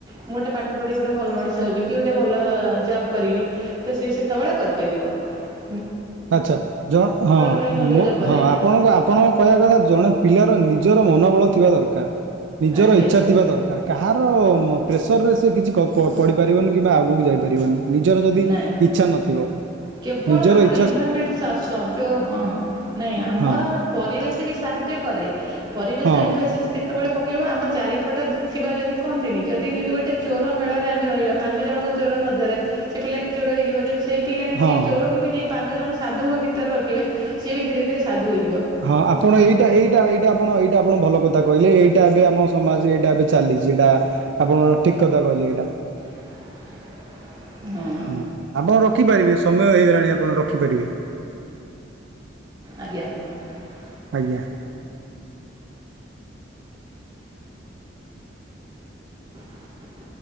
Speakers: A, on the right; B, on the right.
A: ମୁଁ ଗୋଟେ ପାଠ ପଢିକି ଗୋଟେ ଭଲ ମଣିଷ ହେବି କି ଗୋଟେ ଭଲ ଜବ କରିବି ତ ସେ ସେତେବେଳେ କରିପାରିବ ।
B: ଆଚ୍ଛା ଜ-ହଁ-ମୁଁ-ହଁ
A: ପାଇଁ ନଲେଜ ଉପରେ
B: ଆପଣଙ୍କ ଆପଣଙ୍କ କହିବା କଥା ଜଣେ ପିଲାର ନିଜର ମନୋବଳ ଥିବା ଦରକାର । ନିଜର
A: ଆଜ୍ଞା
B: ଇଚ୍ଛା ଥିବା ଦରକାର କାହାର ମ ପ୍ରେସରରେ ସେ କିଛି ପ-ପଢିପାରିବନି କିମ୍ବା ଆଗକୁ ଯାଇପାରିବନି । ନିଜର ଯଦି
A: ନାଇଁ
B: ଇଚ୍ଛା ନଥିବ
A: କେବଳ
B: ନିଜର ଇ
A: <unintelligible> ଯେଉଁ ହଁ ନାଇଁ ଆମର
B: ହଁ
A: ପରିବେଶ ବି ସାହାଯ୍ୟ କରେ । ପରିବେଶ
B: ହଁ
A: ଏମ୍ଫାସିସ୍ କେତେ କେତେବେଳେ ପକେଇବ ଆମ ଚାରିପଟେ ଥିବା ଯଦି କହନ୍ତିନି ଯଦି ଗୋଟେ ଚୋର ମେଳରେ ଆମେ ରହିବା ପାଞ୍ଚ ଜଣଙ୍କ ଚୋର ମଧ୍ୟରେ ସେ ପିଲାଟି ଚୋର ହେଇଯିବ ଯଦି ସେଇ ପିଲାଟି
B: ହଁ
A: ସେଇ
B: ହଁ
A: ଚୋରକୁ ବି ନେଇ ପାଞ୍ଚ ଜଣ ସାଧୁଙ୍କ ଭିତରେ ରଖିବେ ସିଏ ବି ଧୀରେ ଧୀରେ ସାଧୁ ହେଇ
B: ହଁ ଆପଣ ଏଇଟା ଏଇଟା ଏଇଟା ଆପଣ ଏଇଟା ଆପଣ ଭଲ କରି କହିଲେ ଏଇଟା ଏବେ ଆମ ସମାଜରେ ଏଇଟା ଏବେ ଚାଲିଛି ଏଇଟା ଆପଣ ଠିକ୍ କଥା କହିଲେ ଏଇଟା ।
A: <inaudible> ହଁ
B: ହୁଁ ଆପଣ ରଖିପାରିବେ ସମୟ ହେଇଗଲାଣି ଆପଣ ରଖିପାରିବେ ।
A: ଆଜ୍ଞା ।
B: ଆଜ୍ଞା ।
A: <inaudible>